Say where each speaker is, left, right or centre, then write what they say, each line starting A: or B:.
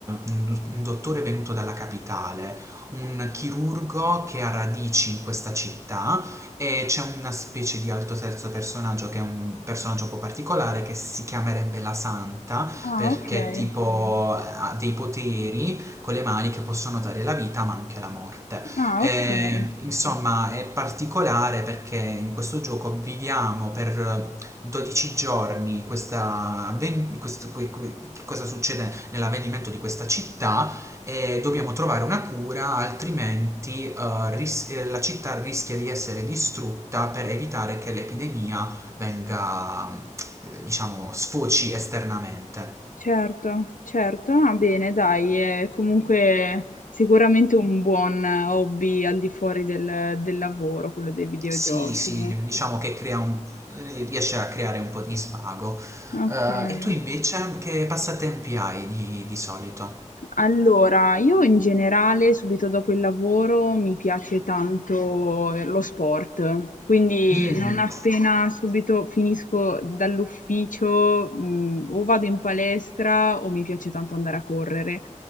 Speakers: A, on the right; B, on the left.
A: un- un dottore venuto dalla capitale, un chirurgo che ha radici in questa città e c'è una specie di alto terzo personaggio che è un personaggio un po' particolare che si chiamerebbe la Santa
B: Ah,
A: perché
B: okay.
A: tipo ha dei poteri con le mani che possono dare la vita ma anche la morte.
B: Ah,
A: E,
B: okay.
A: insomma, è particolare perché in questo gioco viviamo per 12 giorni questa, avven- questo- que- que- che cosa succede nell'avvenimento di questa città e dobbiamo trovare una cura, altrimenti eh, ris- eh, la città rischia di essere distrutta per evitare che l'epidemia venga, eh, diciamo, sfoci esternamente.
B: Certo, certo. Ah, bene dai, è comunque sicuramente un buon hobby al di fuori del del lavoro, quello dei videogiochi.
A: Sì, sì, diciamo che crea un ehm, riesce a creare un po' di svago.
B: Okay.
A: Ehm, e tu invece che passatempi hai di di solito?
B: Allora, io in generale subito dopo il lavoro mi piace tanto eh, lo sport, quindi
A: Mh,
B: non appena subito finisco dall'ufficio, mh, o vado in palestra o mi piace tanto andare a correre.